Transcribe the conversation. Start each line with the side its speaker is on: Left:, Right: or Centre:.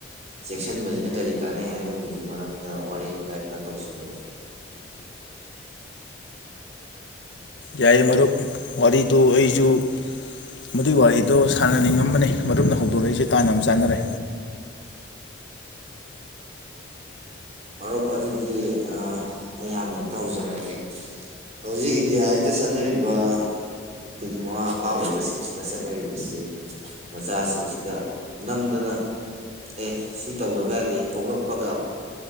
Right: ꯆꯦꯛꯁꯤꯟꯕꯁꯤꯅ ꯀꯔꯤ ꯀꯥꯟꯅꯩ ꯍꯥꯏꯕꯒꯤ ꯃꯔꯝꯗ ꯋꯥꯔꯤ ꯋꯥꯇꯥꯏ ꯈꯔ ꯇꯧꯁꯤꯕꯕ
Left: ꯌꯥꯏ ꯃꯔꯔ ꯋꯥꯔꯤꯗꯨ ꯑꯣꯏ ꯨ ꯃꯗꯨꯏ ꯋꯥꯔꯤꯗꯣ ꯁꯥꯟꯅꯅꯤꯡꯉꯝꯕꯅꯦ ꯃꯔꯝꯅ ꯍꯧꯧꯕ ꯑꯗꯨꯂꯛ ꯑꯩꯁꯦ ꯇꯥꯡꯅ ꯌꯥꯝ ꯆꯥꯟꯅꯔꯦ
Right: ꯃꯔꯨꯞ ꯑꯗꯨꯗꯤ ꯑꯩ ꯍꯥꯟꯅ ꯍꯦꯛꯇ ꯍꯧꯖꯔꯛꯑꯒꯦ ꯍꯧꯖꯤꯛ ꯏꯟꯗꯤꯌꯥꯁꯤꯗ ꯆꯠꯅꯔꯤꯕ ꯑꯩꯈꯣꯏꯒꯤ ꯃꯃꯥ ꯃꯄꯥ ꯑꯣꯏꯕꯁꯤꯡꯁꯤꯅ ꯆꯠꯅꯔꯤꯕꯁꯤ ꯃꯆꯥꯁꯤꯡꯁꯤꯗ ꯅꯝꯗꯅ ꯑꯦ ꯁꯤ ꯇꯧꯗꯕ ꯌꯥꯗꯦ ꯄꯣꯛꯂꯛꯄꯒ